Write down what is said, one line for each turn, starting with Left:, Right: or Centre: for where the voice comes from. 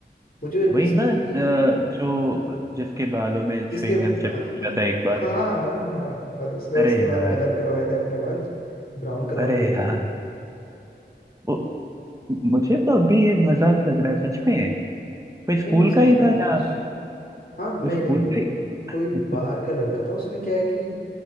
Left: मुझे
Right: वही
Left: इसने
Right: ना अ,
Left: क्योंकि
Right: जो जिसके बालों में
Left: जिसके
Right: च्युइंगम
Left: हाँ
Right: चिपक गया था एक बार
Left: हाँ हाँ हाँ और उसने
Right: अरे
Left: उसके
Right: यार
Left: बाद कलर करवाए थे अपने बाल ब्राउन करवा
Right: अरे
Left: लिए
Right: यार
Left: थे नहीं
Right: वो मुझे तो अभी ये मजाक लग रहा है सच में वो स्कूल
Left: नहीं उसने
Right: का ही
Left: कर
Right: था
Left: लिए
Right: यार
Left: हाँ नहीं
Right: वो स्कूल
Left: नहीं
Right: का ही
Left: कोई बाहर
Right: <laughs>
Left: का लड़का था उसने क्या है कि